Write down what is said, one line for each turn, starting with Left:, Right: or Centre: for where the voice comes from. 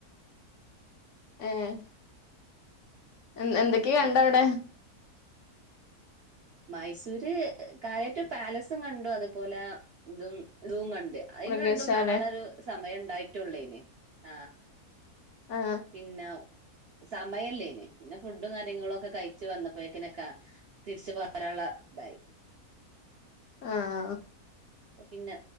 Left: ഏഹ് എന്ത് എന്തൊക്കെയൊണ്ടവിടെ?
Right: ഉം മൈസൂര് കാര്യായിട്ട് പാലസും കണ്ടു അതുപോലെ ഇതും ഇതും കണ്ടു അയിന്
Left: മൃഗശാല
Right: രണ്ടും കാണാനുള്ള ഒരു സമയം ഉണ്ടായിട്ടുള്ളേനെ ആ
Left: ആ
Right: പിന്നൗ സമയമില്ലേനേ പിന്നെ ഫുഡ് കാര്യങ്ങളും ഒക്കെ കഴിച്ചു വന്നപ്പോഴക്കിനൊക്കെ തിരിച്ച് പ പോരാള്ളതായി
Left: ആഹ്
Right: ഓ പിന്നെ